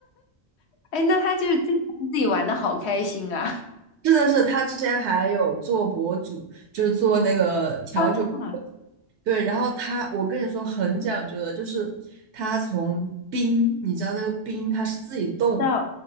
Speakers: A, on the left; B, on the right.
A: 哎，那他就是自己自己玩的好开心啊！
B: 是的是，他之前还有做博主，就是做那个调酒。
A: <laughs> 哇，
B: 对，然后他，我跟你说很讲究的，就是他从冰，你知道那个冰他是自己冻，
A: 叫